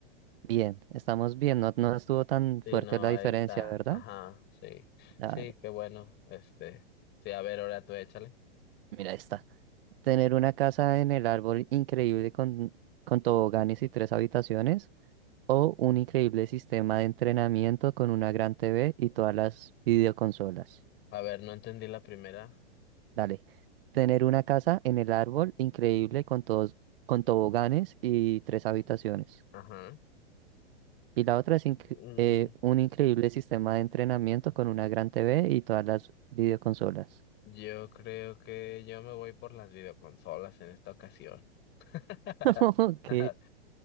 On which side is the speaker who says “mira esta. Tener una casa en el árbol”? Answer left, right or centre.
Right